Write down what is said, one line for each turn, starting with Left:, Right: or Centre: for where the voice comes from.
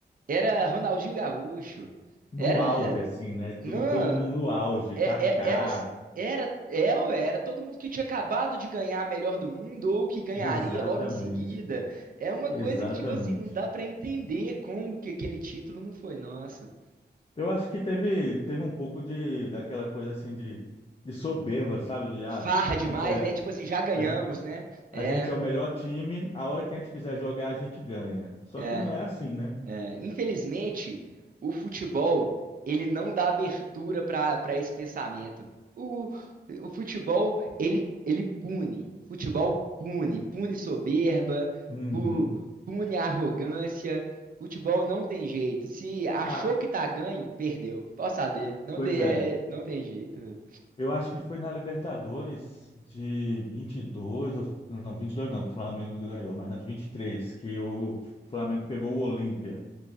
Right: era Ronaldinho Gaúcho,
Left: no
Right: era
Left: auge, assim, né? to-
Right: não,
Left: E todo mundo no auge,
Right: é-
Left: Kaká,
Right: é- era, era, é ou era todo mundo que tinha acabado de ganhar a melhor do mundo ou que ganharia
Left: exatamente,
Right: logo em seguida. É uma
Left: exatamente.
Right: coisa que, tipo assim, não dá pra entender como que aquele título não foi nosso.
Left: Eu acho que teve, teve um pouco de daquela coisa assim de, de soberba, sabe? De ah,
Right: Farra
Left: a
Right: demais,
Left: gente é
Right: né? Tipo assim, já ganhamos,
Left: a gente,
Right: né?
Left: a
Right: É,
Left: gente é o melhor time, a hora que a gente quiser jogar, a gente ganha. Só
Right: é.
Left: que não é assim, né?
Right: É, infelizmente, o futebol ele não dá abertura para para esse pensamento. O, o futebol ele ele pune. Futebol pune, pune soberba,
Left: Uhum.
Right: pu- pune arrogância. Futebol não tem jeito. Se achou
Left: Ah,
Right: que tá ganho, perdeu. Pode saber, não
Left: pois
Right: tem
Left: é.
Right: é- é- não tem jeito.
Left: Eu acho que foi na Libertadores de 22, ou- não, 22, não, que o Flamengo ganhou, mas na de 23 que o Flamengo pegou o Olímpia.